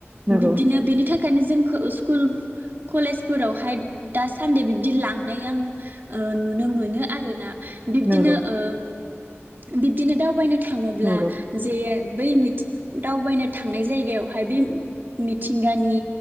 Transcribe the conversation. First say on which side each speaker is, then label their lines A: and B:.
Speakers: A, on the right (about 25°); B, on the right (about 45°).
A: नंगौ
B: बिदिनो बिनि थाखाय खायनो जोंखौ स्कुल कलेजफोरावहाय दा सान्दि बिब्दि लांनाय आं ओ नुनो मोनो आरो ना बिब्दिनो
A: नंगौ
B: ओ बिब दिनो दावबायनो थाङोब्ला
A: नंगौ
B: जे बै मिथ दावबायनो थांनाय जायगायावहाय बे मिथिंगानि